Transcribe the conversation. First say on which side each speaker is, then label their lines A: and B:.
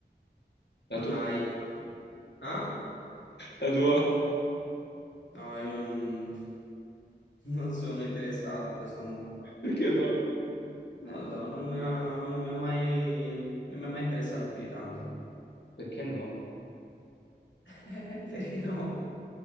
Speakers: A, on the left; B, on the left.
A: la
B: Non
A: tua?
B: hai
A: <laughs>
B: altri. Ah?
A: La tua?
B: No, io non, non sono interessato a questo mondo.
A: Perché no?
B: Non lo so, non, non mi ha mai, non mi ha mai interessato più di tanto.
A: Perché no?
B: <laughs> Perché no?